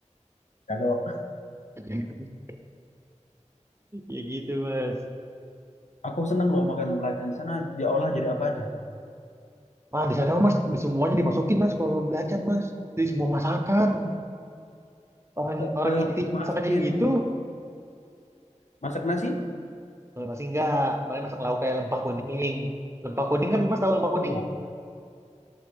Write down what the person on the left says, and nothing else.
calo.
aku seneng loh makan belacan di sana diolah jadi apa aja.
Eh,
eh,
masukin
masak nasi.
Oh,